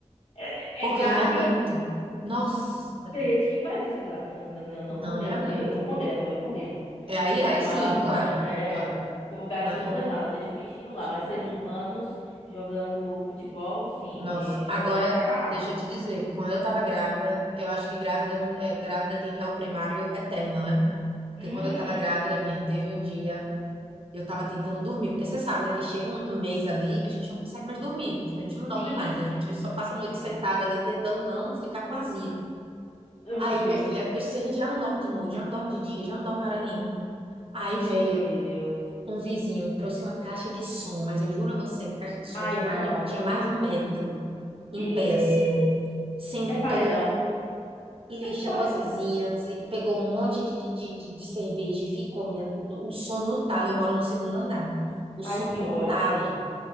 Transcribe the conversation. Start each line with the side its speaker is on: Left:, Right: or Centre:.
Left: É,
Right: porque
Left: é é gato.
Right: eu não me aguento. Nossa,
Left: Tem gente que faz isso com gato. Não, não, não, não condeno.
Right: não, não me aguento.
Left: Eu, eu condeno, eu condeno.
Right: É, aí,
Left: É,
Right: aí
Left: mas
Right: sim, claro,
Left: é,
Right: claro.
Left: é, que o gatinho
Right: Mas
Left: não
Right: com.
Left: fez nada, deixa o bichinho lá.
Right: Poxa,
Left: Mas
Right: meu
Left: seres
Right: pai não.
Left: humanos jogando futebol, sim.
Right: Nossa,
Left: e Joga,
Right: agora,
Left: taca água.
Right: deixa eu te dizer, quando eu tava grávida, eu acho que grávida,
Left: Hum.
Right: não, é, grávida tem réu primário eterno, né?
Left: Hum,
Right: Porque quando eu tava grávida, minha, teve um dia. Eu tava tentando dormir, porque você sabe, né, que chega um, um mês ali que a gente não consegue mais dormir. Tipo, a gente não dorme
Left: sim.
Right: mais, a gente só passa
Left: Uhum.
Right: a noite sentada ali tentando não ficar com azia.
Left: Oh,
Right: Aí,
Left: meu Deus.
Right: minha filha, se a gente já não dorme de noite, já não dorme de dia, já não dorme hora nenhuma. Aí
Left: Meu
Right: veio
Left: Deus.
Right: um vizinho, trouxe uma caixa de som, mas eu juro a você que a caixa de som
Left: Ai,
Right: tinha
Left: não.
Right: mais de, tinha mais de um metro em
Left: Ih,
Right: pé, assim. Sentou,
Left: é paredão.
Right: li, chamou
Left: Paredão.
Right: as vizinhas, e pegou um monte de, de, de, de de cerveja e ficou minha, o som no talo. Eu moro no segundo andar. O
Left: Ai,
Right: som
Left: que
Right: no
Left: ódio.
Right: talo